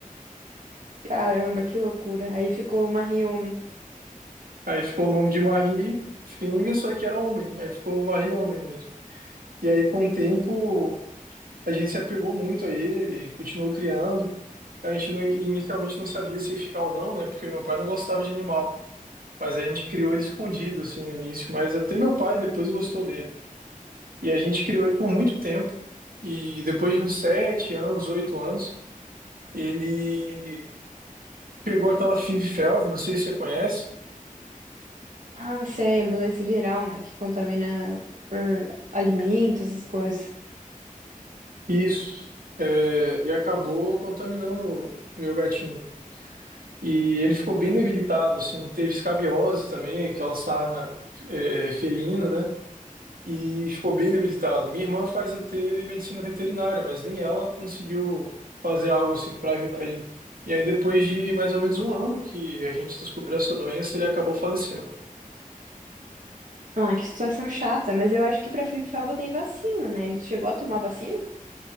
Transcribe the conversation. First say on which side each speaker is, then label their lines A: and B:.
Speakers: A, on the right (about 65°); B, on the right (about 85°).
A: Caramba, que loucura. Aí ficou uma rioma.
B: Aí ficou o nome de Marie fêmea, só que era homem. Aí ficou Marie homem mesmo. E aí com o tempo a gente se apegou muito a ele, continuou criando. A gente não- inicialmente não sabia se ia ficar ou não, né? Porque meu pai não gostava de animal. Mas a gente criou ele escondido, assim, no início. Mas até meu pai depois gostou dele. E a gente criou ele por muito tempo. E depois de uns sete anos, oito anos, ele pegou aquela Fib-Felv, não sei se você conhece,
A: Ah, sei, é uma doença viral, né? Que contamina por alimentos, essas coisas.
B: e, isso, é, e acabou contaminando o meu gatinho. E ele ficou bem debilitado, assim, teve escabiosa também, aquela sarna, é, felina, né? e ficou bem debilitado. Minha irmã faz até medicina veterinária, mas nem ela conseguiu fazer algo assim para ajudar ele. E aí, depois de mais ou menos um ano que a gente descobriu essa doença, ele acabou falecendo.
A: Ah, que situação chata. Mas eu acho que pra Fifiova tem vacina, né? Ele chegou a tomar vacina?